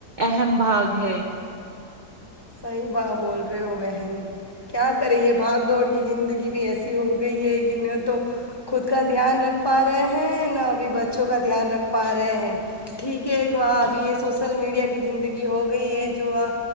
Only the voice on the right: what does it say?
اہم بھاگ ہے